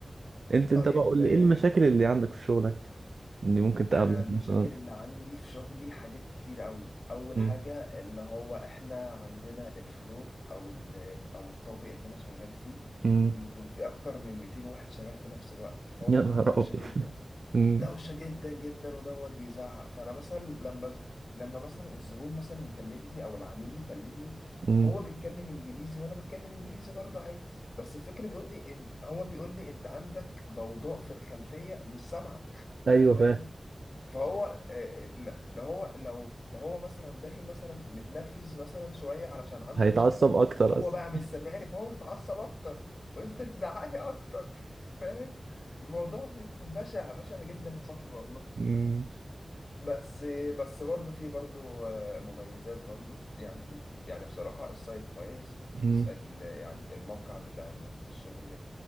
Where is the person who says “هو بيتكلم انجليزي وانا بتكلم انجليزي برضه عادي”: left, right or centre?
Left